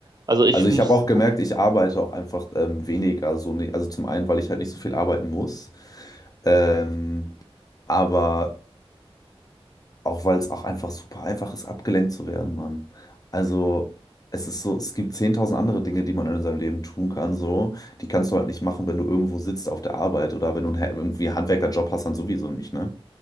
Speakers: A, on the right (about 40°); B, on the left (about 35°).
A: Also ich
B: Also
A: muss,
B: ich habe auch gemerkt, ich arbeite auch einfach ähm, weniger so nicht. Also zum einen, weil ich halt nicht so viel arbeiten muss, ähm, aber auch weil es auch einfach super einfach ist, abgelenkt zu werden, Mann. Also es ist so, es gibt 10.000 andere Dinge, die man in seinem Leben tun kann, so. Die kannst du halt nicht machen, wenn du irgendwo sitzt auf der Arbeit oder wenn du einen, Hä- irgendwie einen Handwerkerjob hast, dann sowieso nicht, ne?